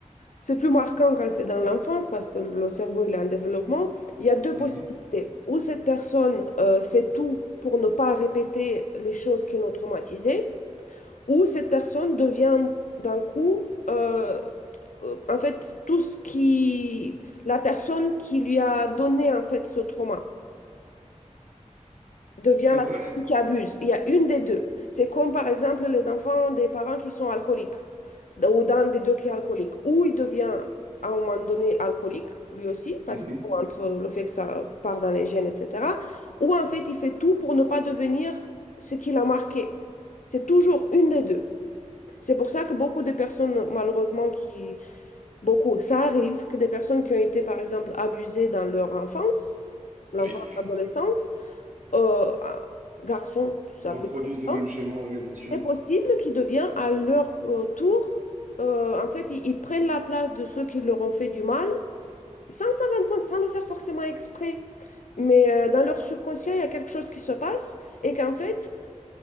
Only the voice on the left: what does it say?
C'est plus marquant quand c'est dans l'enfance parce que le cerveau il est en développement. Il y a deux
possibilités. Ou cette personne euh, fait tout pour ne pas répéter les choses qui l'ont traumatisée, ou cette personne devient d'un coup, euh, euh, en fait, tout ce qui, la personne qui lui a donné en fait ce trauma devient
la
personne qui abuse. Il y a une des deux. C'est comme par exemple les enfants des parents qui sont alcooliques ou d'un des deux qui est alcoolique. Ou il devient à un moment donné alcoolique, lui aussi,
parce que bon, entre le fait que ça part dans les gènes, etc. Ou en fait, il fait tout pour ne pas devenir ce qu'il a marqué. C'est toujours une des deux. C'est pour ça que beaucoup de personnes, malheureusement, qui... Beaucoup, ça arrive que des personnes qui ont été, par exemple, abusées dans leur enfance, l'enfance,
l'adolescence, euh, à- garçons, tout simplement,
hein,
c'est possible qu'ils deviennent à leur euh, tour, euh, en fait, ils, ils prennent la place de ceux qui leur ont fait du mal, sans s'en rendre compte, sans le faire forcément exprès. Mais euh, dans leur subconscient, il y a quelque chose qui se passe et qu'en fait,